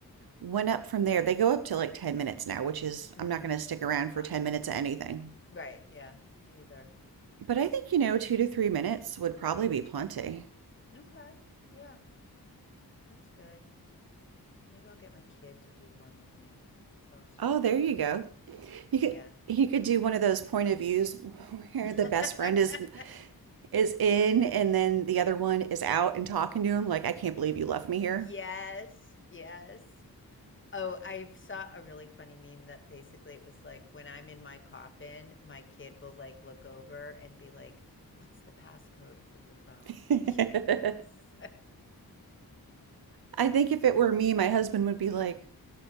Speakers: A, on the right; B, on the left.
A: went up from there. They go up to like 10 minutes now, which is,
B: Mm.
A: I'm not going to stick
B: It's
A: around
B: a lot.
A: for 10 minutes of anything.
B: Right, yeah, me either.
A: But I think, you know, two to three minutes would probably be plenty.
B: Okay. Yeah, that's good. Maybe I'll get my kid to do one with me. That's always fun.
A: Oh, there you go. He could
B: Yeah.
A: he could do one of those point of views where
B: <laughs>
A: the best friend is is in and then the other one is out and talking to him like I can't believe you left me here.
B: Yes, yes. Oh, I saw a really funny meme that basically it was like, "When I'm in my coffin, my kid will, like, look over and be like, "What's the passcode for your phone?'"
A: <laughs>
B: <laughs> Yes.
A: I think if it were me, my husband would be like,